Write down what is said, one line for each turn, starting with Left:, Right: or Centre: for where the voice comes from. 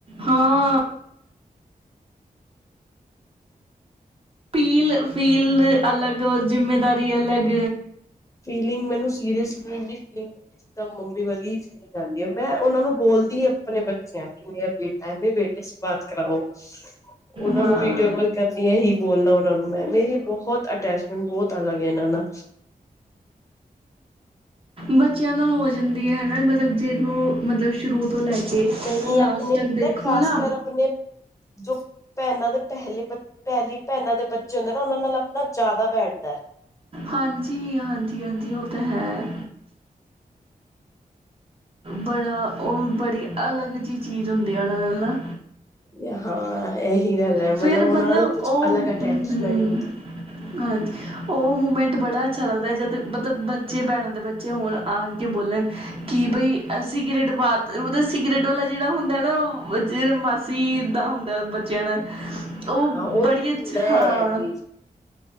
Right: ਹਾਂ। ਪੀਲ ਫੀਲ ਅਲੱਗ ਔਰ ਜਿੰਮੇਦਾਰੀ ਅਲੱਗ
Left: ਫੀਲਿੰਗ ਮੈਨੂੰ ਸੀਰੀਅਸ ਇਨੀਂ ਮੰਮੀ ਵਾਲੀ ਫੀਲਿੰਗ ਆਉਂਦੀ ਆ। ਮੈਂ ਉਹਨਾਂ ਨੂੰ ਬੋਲਦੀ ਆਪਣੇ ਬੱਚਿਆਂ ਨੂੰ ਕਿ ਮੇਰਾ ਬੇਟਾ ਮੇਰੇ ਬੇਟੇ ਸੇ ਬਾਤ ਕਰਾਓ। ਉਹਨਾਂ
Right: ਹਾਂ
Left: ਨੂੰ ਵੀਡੀਓ ਕਾਲ ਕਰਨੀ ਹੈ, ਇਹੀ ਬੋਲਣਾ ਉਹਨਾਂ ਨੂੰ ਮੈਂ। ਮੇਰੀ ਬਹੁਤ ਅਟੈਚਮੈਂਟ ਬਹੁਤ ਅਲੱਗ ਹੈ ਇਨਾ ਨਾ।
Right: ਬੱਚਿਆਂ ਨਾਲ ਹੋ ਜਾਂਦੀ ਹੈ, ਹਨਾ ਮਤਲਬ ਜਿਹਨੂੰ ਮਤਲਬ ਸ਼ੁਰੂ ਤੋਂ ਲੈ ਕੇ
Left: ਨਹੀਂ
Right: ਲਾਸਟ
Left: ਆਪਣੇ ਪਤਾ
Right: ਤੱਕ ਦੇਖੋ
Left: ਖਾਸ
Right: ਨਾ
Left: ਕਰ ਆਪਣੇ ਜੋ ਭੈਣਾਂ ਹ ਪਹਿਲੀ ਬ ਪਹਿਲੀ ਭੈਣਾਂ ਦੇ ਬੱਚੇ ਹੁੰਦੇ ਨਾ ਉਹਨਾਂ ਨਾਲ ਆਪਣਾ ਜ਼ਿਆਦਾ ਬੈਠਦਾ ਹੈ।
Right: ਹਾਂਜੀ, ਹਾਂਜੀ, ਹਾਂਜੀ ਉਹ ਤਾਂ ਹੈ। ਬੜਾ ਉਹ ਬੜੀ ਅਲੱਗ ਜਿਹੀ ਚੀਜ਼ ਹੁੰਦੀ ਆ ਉਹਨਾ ਨਾਲ ਨਾ।
Left: ਹਾਂ ਗੱਲ ਹੈ
Right: ਫਿਰ
Left: ਉਹਨਾਂ
Right: ਮਤਲਬ
Left: ਨਾਲ ਕੁਛ
Right: ਉਹ
Left: ਅਲੱਗ
Right: ਹੂੰ,
Left: ਅਟੈਚਮੈਂਟ ਹੁੰਦੀ ਹੈ
Right: ਹਾਂਜੀ ਉਹ ਮੂਮੈਂਟ ਬੜਾ ਅੱਛਾ ਲੱਗਦਾ ਜਦੋਂ ਮਤਲਬ। ਬੱਚੇ ਭੈਣਾਂ ਦੇ ਬੱਚੇ ਹੋਣ ਆਣ ਕੇ ਬੋਲਣ ਕਿ ਬਈ ਅਸੀਂ ਸਿਗਰਟ ਬਾ ਮਤਲਬ ਸਿਗਰਟ ਵਾਲਾ ਜਿਹੜਾ ਹੁੰਦਾ ਨਾ ਉਹ ਬੱਚੇ ਮਾਸੀ ਦਾ ਹੁੰਦਾ ਬੱਚਿਆਂ ਨਾਲ। ਉਹ
Left: ਹਾਂ ਹੋਰ
Right: ਬੜੀ
Left: ਹੁੰਦਾ
Right: ਅੱਛਾ ਹਾਂ
Left: ਆ ਚੀਜ਼।